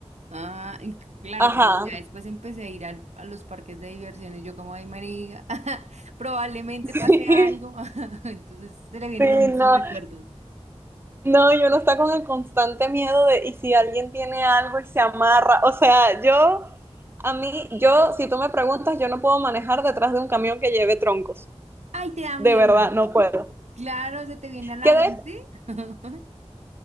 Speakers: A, on the right; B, on the right.
A: Ah, y c- claro,
B: Ajá.
A: cuando ya después empecé a ir al- a los parques de diversiones, yo como, ay, María, <laughs> probablemente
B: <laughs>
A: pase algo. <laughs> Entonces se le vienen
B: Sí,
A: a uno esos
B: no,
A: recuerdos.
B: No, yo no está con el constante miedo de, y si alguien tiene algo y se amarra, o sea, yo, a mí, yo, si tú me preguntas, yo no puedo manejar detrás de un camión que lleve troncos,
A: Ay, te da
B: de
A: miedo.
B: verdad, no puedo.
A: Claro, se te viene a la
B: Que de,
A: mente. <laughs>